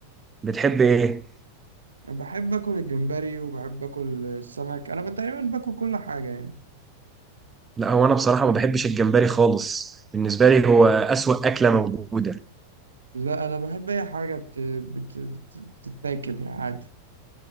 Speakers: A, on the right; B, on the right.
A: بتحب ايه
B: بحب اكل الجمبري وبحب اكل السمك انا تقريبا باكل كل حاجه يعني
A: لا هو انا بصراحه ما بحبش الجمبري خالص بالنسبه لي هو اسوأ اكله موجوده
B: لا انا بحب اي حاجه بت... بت... بت- بتتاكل يعني عادي